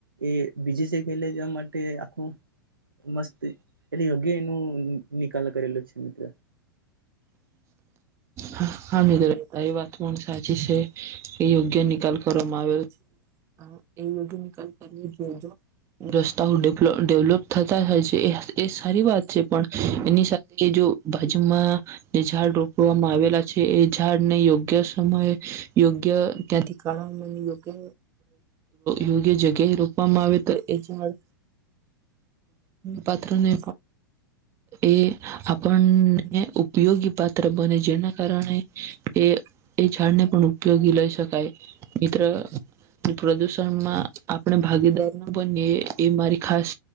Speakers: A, on the right (about 80°); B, on the right (about 25°).
A: એ બીજી જગ્યાએ લઈ જવા માટે આખું મસ્ત રેયું. ગે નો નિકાલ કરેલો છે મિત્ર
B: હા હા મિત્ર તારી એ વાત પણ સાચી છે, એ યોગ્ય નિકાલ કરવામાં આવેલો છે, એ યોગ્ય નિકાલ કરવ જો રસ્તાઓ ડેવલોપ થતા હોય છે એ સારી વાત છે પણ એની સાથે જો બાજૂ માં જે ઝાડ રોપવા - આવેલા છે એ ઝાડને યોગ્ય સમયે, યોગ્ય ત્યાંથીકાઢવામાં યોગ્ય યોગ્ય જગ્યાએ રોપવામાં આવે તો એજાડ પાત્ર ને એ આપણને ઉપયોગી પાત્ર બને જેના કારણે એ એ ઝાડને પણ ઉપયોગી લઈ, શકાય મિત્ર પ્રદુષણમાં આપણે ભાગીદાર ન બનીએ, એ મારી ખાસ